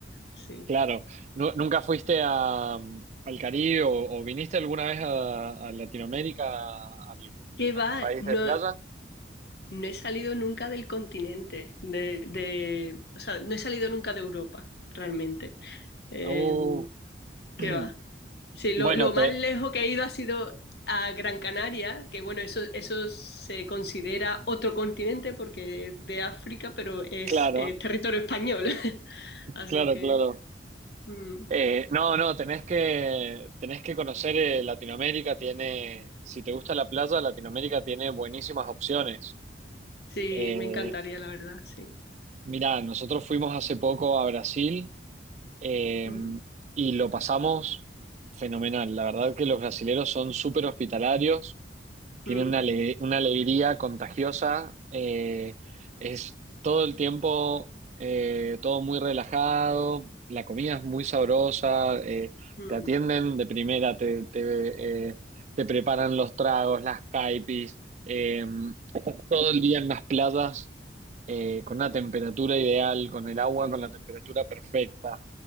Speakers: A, on the left; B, on the right.
A: Sí.
B: Claro, Nu- ¿nunca fuiste a, mm, al Caribe o, o viniste alguna vez a, a Latinoamérica, a algún,
A: ¿Qué va?
B: algún país
A: No,
B: de playa?
A: no he salido nunca del continente, de, de- o sea, no he salido nunca de Europa, realmente. Eh,
B: Oh,
A: ¿qué
B: <clears throat>
A: va? Sí, lo,
B: bueno,
A: lo más
B: te,
A: lejos que he ido ha sido a Gran Canaria, que bueno, eso, eso se considera otro continente porque es de África, pero es
B: claro,
A: eh, territorio español. <laughs> Así
B: claro,
A: que
B: claro.
A: mm,
B: Eh, no, no, tenés que, tenés que conocer eh, Latinoamérica, tiene, si te gusta la playa, Latinoamérica tiene buenísimas opciones.
A: sí,
B: Eh,
A: me encantaría, la verdad, sí.
B: mirá, nosotros fuimos hace poco a Brasil eh,
A: Ujú,
B: y lo pasamos fenomenal. La verdad que los brasileros son súper hospitalarios, tiene
A: ujú,
B: una, ale- una alegría contagiosa, eh, es todo el tiempo, eh, todo muy relajado, la comida es muy sabrosa, eh,
A: ujú,
B: te atienden de primera, te, te, eh, te preparan los tragos, las caipis, eh, estás todo el día en las playas, eh, con una temperatura ideal, con el agua
A: sí,
B: con la temperatura perfecta,